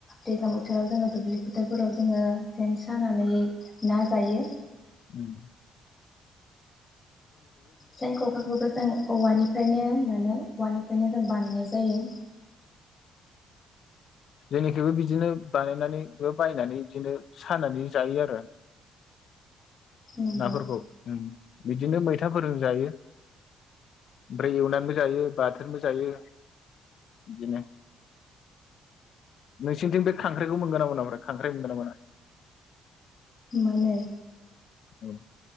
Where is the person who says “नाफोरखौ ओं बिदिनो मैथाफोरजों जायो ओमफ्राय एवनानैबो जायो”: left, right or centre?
Left